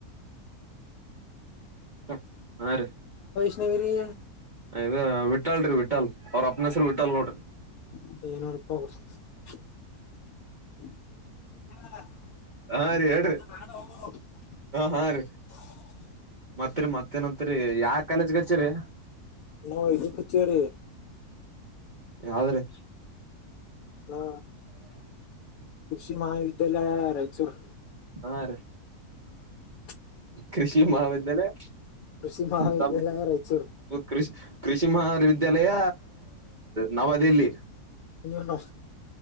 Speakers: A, on the right; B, on the left.
A: ಹ ಹ ರ
B: ೇವ್ರ <unintelligible>
A: ಅಯ್ ವಿಟ್ಟಾಲ್ಿ ವಿಟ್ಟಾಲ್ ಅವ್ರ ಅಪ್ನ ಹೆಸರು ವಿಟ್ಟಲ್ ನೋಡ್ರಿ
B: ಇಏನೂರುಪ್ಪ <unintelligible> ಬು ನಾಣ ಹ
A: ಹಾ ರೀ ಹೇಳ್ರಿ
B: <unintelligible> ಹ
A: ಹಾ ರೀ
B: <unintelligible>
A: ಮತ್ರಿ ಮತ್ತೇನತ್ರಿ ಯಾವ ಕಾಲೇಜ್ಗೆ ಹಚ್ಚರಿ
B: ನಾವ್ ಇದಕ್ ಹಚ್ಚೇವ್ರಿ
A: ಯಾವದ್ರೀ
B: ಹ ಕೃಷಿ ಮಹಾವಿದ್ಯಾಲಯ ರಾಯಚೂರ್
A: ಹಾ ರೀ
B: ಹ್ಮ <unintelligible>
A: ಕೃಷಿ ಮಹಾವಿದ್ಯಾಲಯ
B: ಕೃಷಿ ಮಹಾವಿದ್ಯಾಲಯ
A: ನ
B: ರಾಯಚೂರ್
A: ಕೃಷಿ <unintelligible> ಕೃಷಿ ಮಹಾರ ವಿದ್ಯಾಲಯ ನವದೆಹಲಿ
B: ನೀ ನ